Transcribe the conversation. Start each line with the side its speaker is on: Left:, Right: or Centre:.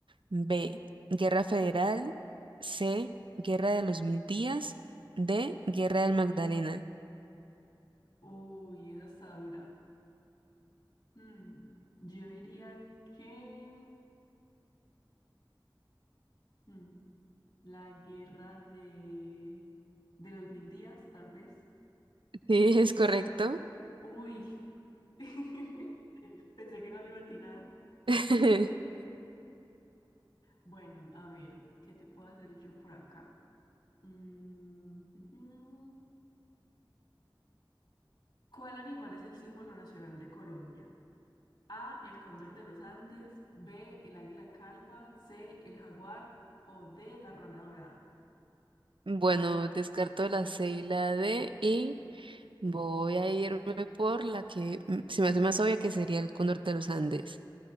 Right: B. Guerra Federal. C. Guerra de los Mil Días. D. Guerra del Magdalena. <laughs>
Left: Uy, esa está dura. Mm, yo diría que mm, la guerra de, de los mil días, tal vez.
Right: Sí, es correcto.
Left: Uy, <laughs> pensé que no le iba a atinar.
Right: <laughs>
Left: Bueno, a ver, ¿qué te puedo hacer yo por acá? Mm, ujú. ¿Cuál animal es el símbolo nacional de Colombia? A, el cóndor de los Andes, B, el águila calva, C, el jaguar o D, la rana dorada.
Right: Bueno, descarto la C y la D y voy a irme por la que mm, se me hace más obvia que sería el cóndor de los Andes.